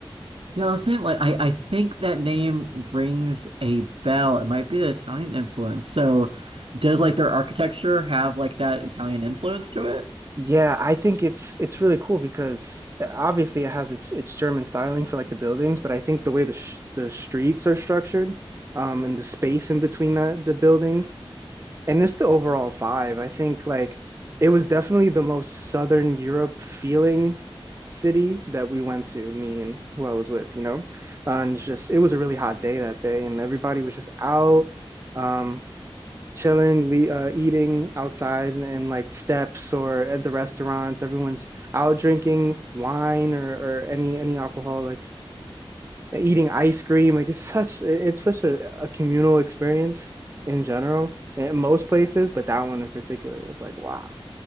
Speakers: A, on the right; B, on the right.
A: Yeah, I was saying like I, I think that name rings a bell. It might be the Italian influence. So does like their architecture have like that Italian influence to it?
B: Yeah, I think it's it's really cool because uh, obviously it has its its German styling for like the buildings, but I think the way the sh the streets are structured, um, and the space in between the the buildings and it's the overall vibe. I think like it was definitely the most Southern Europe feeling city that we went to, me and who I was with, you know? Uh, and it's just, it was a really hot day that day, and everybody was just out, um, chilling, le uh, eating outside and, and like steps or at the restaurants. Everyone's out drinking wine or, or any any alcohol, like eating ice cream. Like it's such it's such a, a communal experience in general in most places, but that one in particular was like, wow.